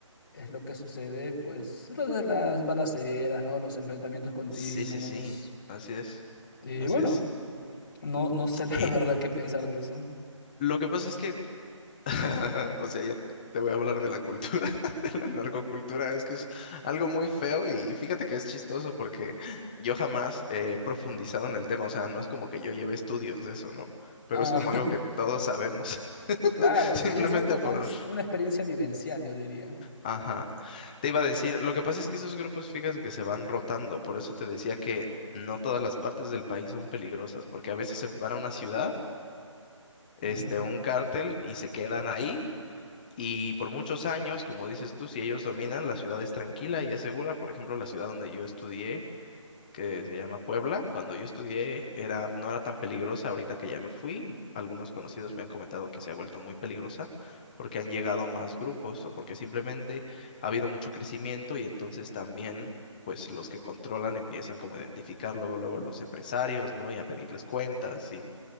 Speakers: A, on the left; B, on the left.
A: es lo que sucede, pues, lo de las balaceras, ¿no? Los enfrentamientos continuos.
B: Sí, sí, sí. Así es,
A: Y
B: así
A: bueno,
B: es.
A: no, no sé <laughs> la
B: Y
A: verdad qué pensar de eso.
B: lo que pasa es que <laughs> O sea, ya te voy a hablar de la cultura, <laughs> de la narcocultura. Es que es algo muy feo y fíjate que es chistoso porque yo jamás he profundizado en el tema. O sea, no es como que yo lleve estudios de eso, ¿no? Pero
A: Ah,
B: es como
A: <laughs>
B: algo que todos sabemos. <laughs>
A: Claro, es
B: Simplemente
A: que ya es algo
B: por...
A: más, una experiencia vivencial, yo diría.
B: Ajá. Te iba a decir, lo que pasa es que esos grupos, fíjate que se van rotando. Por eso te decía que no todas las partes del país son peligrosas, porque a veces se van a una ciudad, este,
A: Ujú.
B: un cártel y se quedan ahí Y por muchos años, como dices tú, si ellos dominan, la ciudad es tranquila y es segura. Por ejemplo, la ciudad donde yo estudié, que se llama Puebla, cuando yo estudié era, no era tan peligrosa. Ahorita que ya me fui, algunos conocidos me han comentado que se ha vuelto muy peligrosa porque han llegado más grupos o porque simplemente ha habido mucho crecimiento y entonces también, pues los que controlan empiezan como a identificar luego, luego a los empresarios, ¿no? Y a pedirles cuentas y